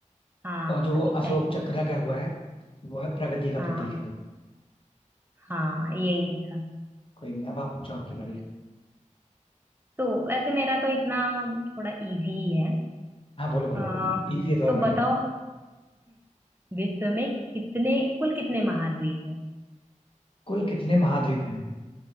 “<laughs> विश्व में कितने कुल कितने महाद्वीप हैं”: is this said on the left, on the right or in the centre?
Right